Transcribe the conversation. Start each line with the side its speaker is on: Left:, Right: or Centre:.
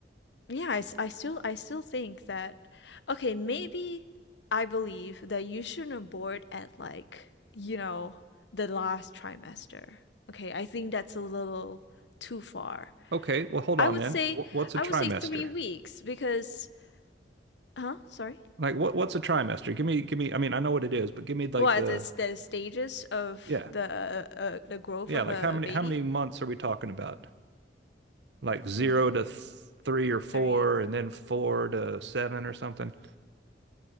Left: yeah, I I still I still think that okay, maybe I believe that you shouldn't abort at like, you know, the last trimester. Okay, I think that's a little too far.
Right: Okay, well, hold
Left: I
Right: on
Left: would
Right: then.
Left: say
Right: Wh- What's a
Left: I
Right: trimester?
Left: would say 3 weeks because huh? Sorry.
Right: Like, what what's a trimester? Give me, give me. I mean, I know what it is, but give me like
Left: Well, as
Right: the
Left: it's the stages of
Right: yeah.
Left: the uh, the growth
Right: Yeah,
Left: of
Right: like
Left: a
Right: how many
Left: baby.
Right: how many months are we talking about? Like zero
Left: Hmm.
Right: to th three or four,
Left: 30
Right: and then four to seven or something.